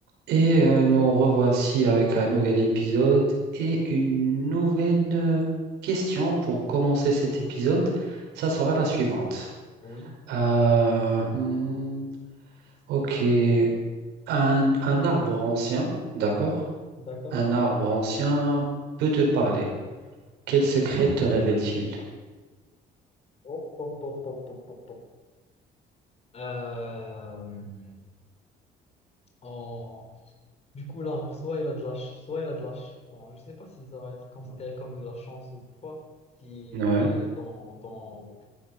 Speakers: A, on the right; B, on the left.
A: Et euh, nous revoici avec un nouvel épisode et une nouvelle euh, question pour commencer cet épisode. Ça sera la suivante.
B: Oui,
A: Euh, hmm, ok, un, un arbre ancien, d'accord?
B: d'accord.
A: Un arbre ancien peut te parler. Quel secret te révèle-t-il?
B: Hop, hop, hop, hop, hop, hop, hop. Euh, en- Du coup, l'arbre, soit il a de la, ch- soit il a de la ch- Bon, je sais pas si ça va être considéré comme de la chance ou pas, s'il
A: Ouais.
B: est dans, dans,